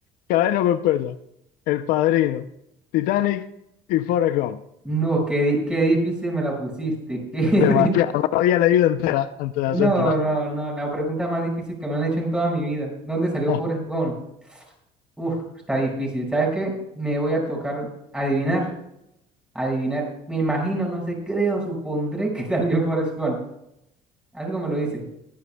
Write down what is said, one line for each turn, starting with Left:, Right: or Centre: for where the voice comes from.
Left: Cadena perpetua. El Padrino. Titanic y Forrest Gump.
Centre: No, qué, di- qué difícil me la pusiste. <laughs> qué di-
Left: Demasiado. No la había leído entera antes de
Centre: No,
Left: hacértela.
Centre: no,
Left: <laughs>
Centre: no, la pregunta más difícil que me han hecho en toda mi vida. ¿Dónde salió
Left: Ah,
Centre: Forrest Gump? Uf, está difícil. ¿Sabes qué? Me voy a tocar adivinar, adivinar. Me imagino, no sé, creo, supondré que <laughs> salió en Forrest Gump. Algo me lo dice.